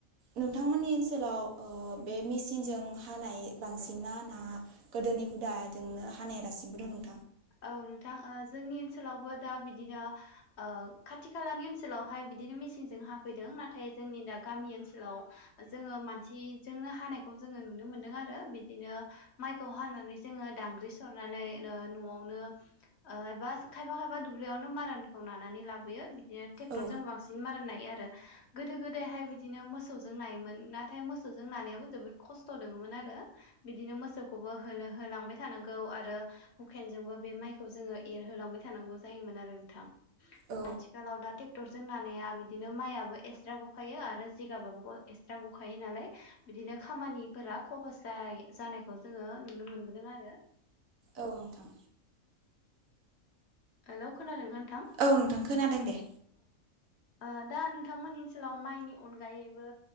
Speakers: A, on the right; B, on the left.
A: नोंथांमोननि ओनसोलाव ओ बे मेसिनजों हानाय बांसिन ना ना गोदोनि हुदाजोंनो हानाया दासिमबो दं नो
B: औ नोंथां ओ जोंनि ओनसोलावबो दा बिदिनो खाथि खालानि ओनसोलावहाय बिदिनो मेसिनजों हाफैदों नाथाय जोंनि दा गामि ओनसोलाव जोङो मानसिजोंनो हानायखौ जोंनो नुनो मोनदों आरो बिदिनो माइखौ हानानै जोङो दांग्रि सरनानै ओ नआवनो ओ एबा खायफा खायफा दुब्लियावनो मारानखौ नानानै लाबोयो। बेयो ट्रेक्टर
A: औ
B: जों बांसिन मारान नायो। आरो गोदो गोदायहाय बिदिनो मोसौजों नायोमोन नाथाय मोसौजों नानायाबो जोबोद खस्थ दोङो मोन आरो बिदिनो मोसौखौबो होलो‌ होलांबाय थानांगौ आरो हुकेनजोंबो बे माइखौ जोङो एरहोलांबाय थानांगौ जायोमोन आरो नोंथां
A: औ
B: आथिखालाव दा टेक डक्टरजों नानाया बिदिनो माइयाबो एक्सट्रा गखायो आरो जिगाबाबो ग एक्सट्रा गखायो नालाय। बिदिनो खामानिफोरा खहस जाय जानायखौ जोङो नुनो मोनबोदों आरो
A: औ नोंथां
B: हेलौ खोनादों नों
A: औ नोंथां खोनादों दे।
B: ओ दा नोंथांमोननि ओनसोलाव माइनि अनगायैबो